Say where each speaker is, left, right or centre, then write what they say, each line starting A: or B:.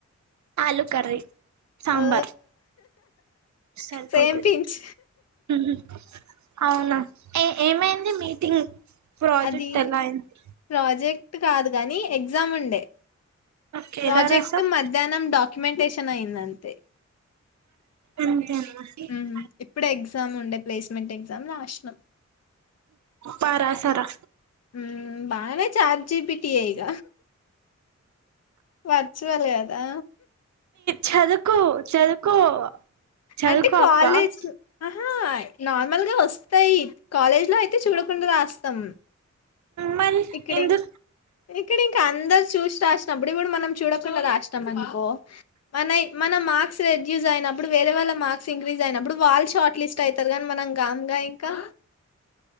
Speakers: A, on the right; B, on the left.
A: ఆలు కర్రీ సాంబార్
B: ఆ
A: సరిపోతుంది
B: సేమ్ పించ్
A: ఉహు అవునా ఏ ఏమైంది మీ ఇంగ్ ప్రాజెక్ట్
B: అది
A: ఎలా అయింది
B: ప్రాజెక్ట్ కాదు గాని ఎగ్జామ్ ఉండే
A: ఒకేలా
B: ప్రాజెక్ట్
A: రాసావ్
B: మధ్యాహ్నం డా క్యుమెంటేషన్ అయింది అంతే
A: అంతేనా
B: హు ఇప్పుడే ఎగ్జామ్ ఉండే ప్లేస్మెంట్ ఎగా <unintelligible> నం
A: బాగా రాశారా
B: హు బాగానే చాట్ జీ పి టి ఇగ వర్చువల్ కదా
A: చదువుకో చదువుకో చదువుకో
B: అంటే కాలేజ్
A: అక్క
B: ఆహా నార్మల్ గా వస్తు ఈ కాలజలో అయితే చూడ కుండు రాస్తాం
A: మరి
B: ఇక్కడం
A: ఎందు
B: ఇక్కడం కె అందరు చూసి రాసినప్పుడు ఇప్పుడు మనం చూడకుండా రాసాం అనుకో మన మన మార్స్ రెడూస్ అయినప్పుడు వేర వాళ్ళ మార్క్స్ంక్రీ అయిప్పు వాళ్ళ షార్ట్లిస్ట్ యితేర గగాని మనం గమ్ం గై కహ